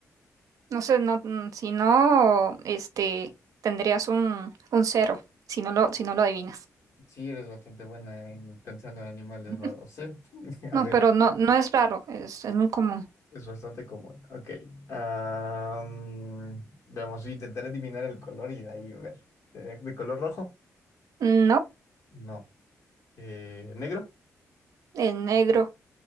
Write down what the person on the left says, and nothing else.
Sí, eres bastante buena en pensando en animales
raros, ¿eh? <laughs> A
ver,
es bastante común. Ok. Am, vamos, intentar adivinar el color y de ahí ver. ¿Sería de color rojo?
No. Eh, ¿negro?